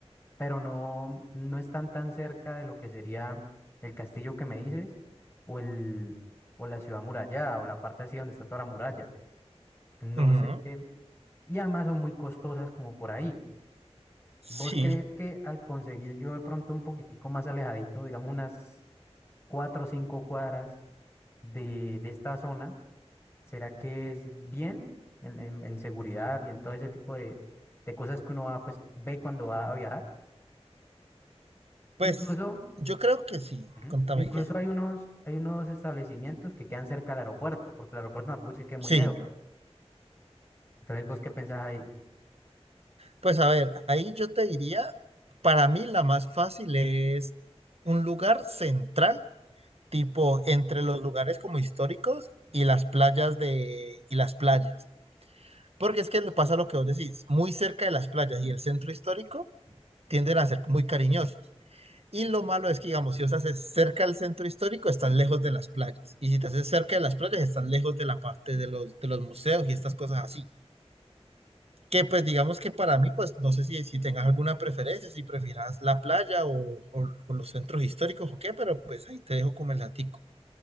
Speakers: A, on the left; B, on the right.
A: pero no, no están tan cerca de lo que sería el castillo que me dices o el, o la ciudad amurallada o la parte así donde está toda la muralla. No
B: ujú,
A: sé, y además son muy costosas como por ahí.
B: sí,
A: ¿Vos crees que al conseguir yo de pronto un poquitico más alejadito, digamos unas cuatro o cinco cuadras de, de esta zona, será que es bien en, en- en seguridad y en todo ese tipo de, de cosas que uno va, pues, ve cuando va a viajar?
B: pues
A: Incluso...
B: yo creo que sí,
A: Ujú.
B: contame
A: Incluso
B: qué.
A: hay unos, hay unos establecimientos que quedan cerca del aeropuerto, porque el aeropuerto tampoco es que quede muy
B: Sí.
A: lejos. Entonces, ¿vos qué pensás ahí?
B: Pues a ver, ahí yo te diría, para mí la más fácil es un lugar central, tipo entre los lugares como históricos y las playas de y las playas, porque es que le pasa lo que vos decís, muy cerca de las playas y el centro histórico tienden a ser muy cariñosos. Y lo malo es que, digamos, si os haces cerca del centro histórico, estás lejos de las playas. Y si te haces cerca de las playas, estás lejos de la parte de los, de los museos y estas cosas así. Que pues digamos que para mí, pues no sé si, si tengas alguna preferencia, si prefieras la playa o, o- o los centros históricos o qué, pero pues ahí te dejo como el latico.